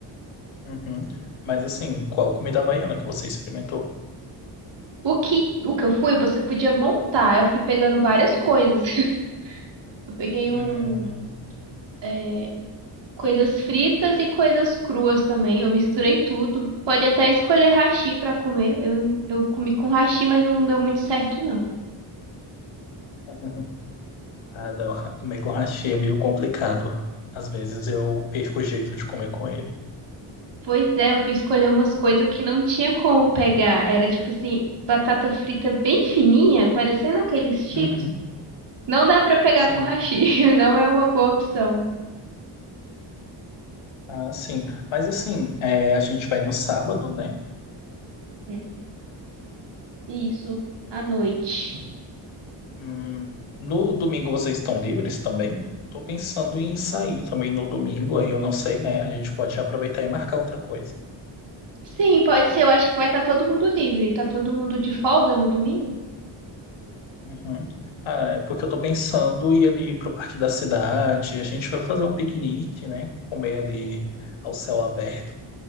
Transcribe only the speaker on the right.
O que, o que eu fui, você podia montar. Eu fui pegando várias coisas. <laughs> Eu peguei um,
é, coisas fritas e coisas cruas também. Eu misturei tudo. Pode até escolher hashi pra comer. Eu, eu comi com hashi, mas não deu muito certo, não.
Pois é, eu fui escolher umas coisas que não tinha como pegar. Era tipo assim, batata frita bem fininha, parecendo aqueles chips.
Não dá pra pegar
com hashi, <laughs> não é uma boa opção.
Uhum. Isso, à noite.
Sim, pode ser. Eu acho que vai estar todo mundo livre. Tá todo mundo de folga no domingo?